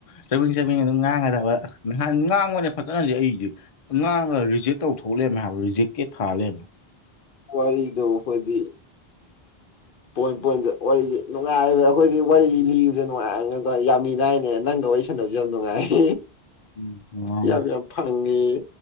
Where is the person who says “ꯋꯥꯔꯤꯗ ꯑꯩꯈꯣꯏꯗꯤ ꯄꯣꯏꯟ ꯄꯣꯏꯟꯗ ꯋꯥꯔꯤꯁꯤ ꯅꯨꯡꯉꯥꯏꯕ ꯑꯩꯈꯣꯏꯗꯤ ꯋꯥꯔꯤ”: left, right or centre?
Left